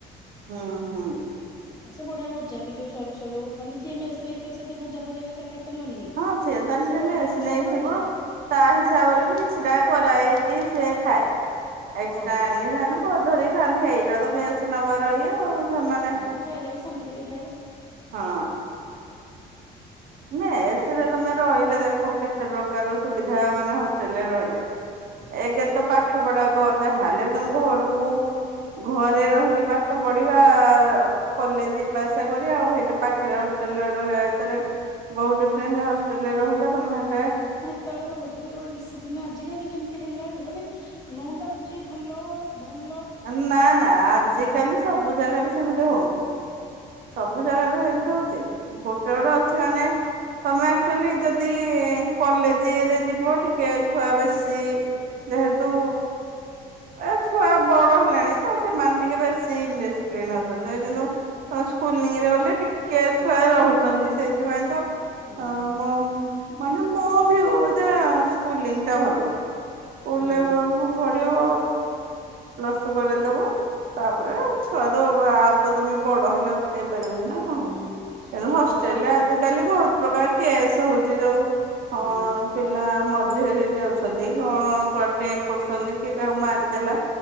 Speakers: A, on the right; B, on the left.
A: ଉଁ ହୁଁ।
B: ଆଉ ସେ ବଢିଆ ଭଜା ବି ଯୋଉ ସରୁ ସରୁ ମାନେ ମେସ୍‌ ନେଇଥିବ ସେଠି ଭଜା ଭଜା ଏକ୍ସଟ୍ରା ଖାଇ ପାରିବନି କି।
A: ହଁ ତାର
B: ସେ
A: ଯେ
B: ବଢିଆ
A: ମେସ୍
B: ଭଜା
A: ନେଇଥିବ
B: କରନ୍ତିନି?
A: ତା ହିସାବରେ ବି କିଛିଟା କରା ହେଇକି ସେ ଖାଏ, ଏକ୍ସଟ୍ରା
B: ହଁ
A: ଆଣିକି ସେମାନେ କରି ଧରି ଖାନ୍ତି ହେଇଟା ତମେ ମେସ୍‌ ନବାର ଇଏ ଆଉ। ସେମାନେ
B: ଏଇଟା ଗୋଟେ ଫାଇଦା ବି ଶାନ୍ତିରେ ଟେ ଖାଇବ।
A: ହଁ। ମେସ୍‌ ରେ ତମେ ରହିଲେ ଦେଖ କେତେ ପ୍ରକାର ସୁବିଧା ମାନେ ହଷ୍ଟେଲରେ ରହିଲେ। ଏକ୍ ତ ପାଠ ପଢାକୁ ତାହେଲେ ତମ ଘରୁ ଘରେ ରହିକି ପାଠ ପଢିବା କଲେଜ ଯିବା ଆସିବା କରିବା ଆଉ ହେଇଟି ପାଖରେ ହଷ୍ଟେଲରେ ରହିବା ଭିତରେ। ବହୁତ ଡିଫରେଣ୍ଟ ଯେ ହଷ୍ଟେଲରେ ରହିଲେ ତମେ <unintelligible>
B: ତେବେଳେ ରହୁଥିଲେ ଗୋଟେ ଡିସିପ୍ଲିନ ଆଜିକାଲି ଯେମିତି ହେଲାଣି ମାନେ ନୁଣ ଡାଉଟ ଯିଏ ଭଲ ଭଲ।
A: ନାଁ
B: ଅ
A: ନାଁ ଆଜି କାଲି ସବୁ ଜାଗାରେ ସେମିତି ହଉନି ସବୁ ଜାଗାରେ ସେମତି ହଉଛି ଗୋ ଗୋଟେ ଗୋଟେ ଅଛି ମାନେ ତମେ ଆଚୁଆଲି ଯଦି କଲେଜ ରେ ଯିବ ଟିକେ ଛୁଆ ବେଶୀ ଯେହେତୁ ଏ ଛୁଆ ବଡ ହେଲାଣି ତ ସେମାନେ ଟିକେ ବେଶୀ ନଛନ୍ତି କିନ୍ତୁ ସ୍କୁଲରେ ଗଲେ ଟିକେ ଛୁଆ ରହୁଛନ୍ତି ସେଇଥିପାଇଁ ତ
B: ହୁଁ
A: ହଁ ମୋ ମାନେ ମୋ ବିଉ ସ୍କୁ ଟା ଭଲ ସ୍କୁଲ
B: ହୁଁ
A: ରେ ପଢିବ ପ୍ଲସ ଟୁ କରେଇଦେବ। ତାପରେ ଛୁଆ ଦେ ଆଉ ତ ତମେ ବଡ ହେଲେ ଅଟକେଇ ପାରିବନି ନା? ହଁ
B: ହୁଁ
A: ତେଣୁ
B: ଏପଟ
A: ହଷ୍ଟେଲରେ ଆଜିକାଲି ବହୁତ ଭୋଉତୁ ପ୍ରକାର କେସ ହଉଛି ଯୋଉ ହଁ
B: ହୁଁ
A: ପିଲା ମରି ଯାଉଛନ୍ତି କଣ କୁଆଡ ଦେଇପଡୁଛନ୍ତି କିଏ କାହାକୁ ମାରି ଦେଲା